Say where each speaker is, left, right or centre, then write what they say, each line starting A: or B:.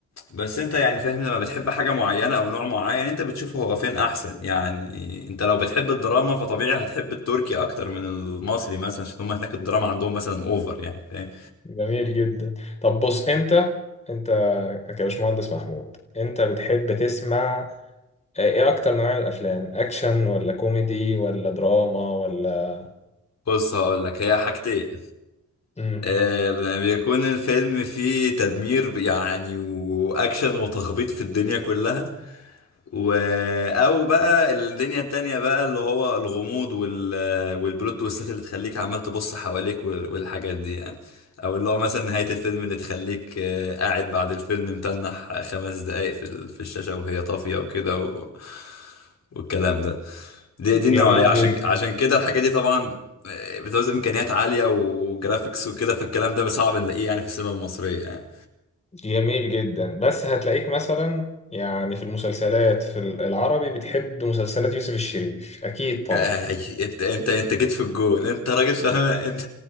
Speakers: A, on the left (about 60°); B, on the left (about 20°).
A: بس انت يعني فاهم لما بتحب حاجه معينه او نوع معين انت بتشوفه هو فين احسن يعني انت لو بتحب الدراما فطبيعي هتحب التركي اكتر من المصري مثلا عشان هم هناك الدراما عندهم مثلا اوفر يعني فاهم
B: جميل جدا طب بص انت انت كباشمهندس محمود انت بتحب تسمع ايه اكتر نوع من الافلام اكشن ولا كوميدي ولا دراما ولا
A: بص هقول لك هي حاجتين
B: مم.
A: آه، بيكون الفيلم فيه تدمير يعني واكشن وتخبيط في الدنيا كلها و... او بقى الدنيا التانية بقى اللي هو الغموض وال... والبلوت تويستات اللي تخليك عمال تبص حواليك وال... والحاجات دي يعني او اللي هو مثلا نهاية الفيلم اللي تخليك آه، قاعد بعد الفيلم متنح خمس دقايق في ال... في الشاشة وهي طافية وكده و... والكلام ده دي دي النوعية
B: جميل
A: عشان
B: جدا
A: عشان كده الحاجات دي طبعا آه، بتعوز امكانيات عالية وجرافيكس وكده فالكلام ده صعب نلاقيه يعني في السينما المصرية يعني
B: جميل جدا بس هتلاقيك مثلا يعني في المسلسلات في العربي بتحب مسلسلات يوسف الشريف اكيد طبعا
A: آه، انت انت انت جيت في الجون انت راجل فاهم انت